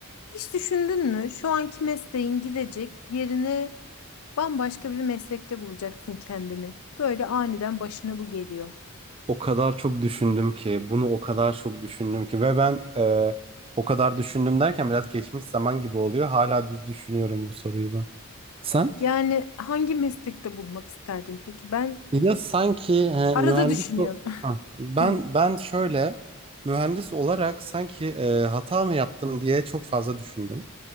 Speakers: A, on the left; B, on the right.
A: Hiç düşündün mü? Şu anki mesleğin gidecek yerini bambaşka bir meslekte bulacaksın kendini. Böyle aniden başına bu geliyor.
B: O kadar çok düşündüm ki, bunu o kadar çok düşündüm ki ve ben e, o kadar düşündüm derken biraz geçmiş zaman gibi oluyor. Hala düz düşünüyorum bu soruyu ben. Sen?
A: Yani hangi meslekte bulmak isterdin peki? Ben
B: Ya sanki e,
A: arada
B: mühendis
A: düşünüyorum.
B: o-
A: <laughs>
B: Ha. ben
A: Hmm,
B: ben şöyle mühendis olarak sanki e, hata mı yaptım diye çok fazla düşündüm.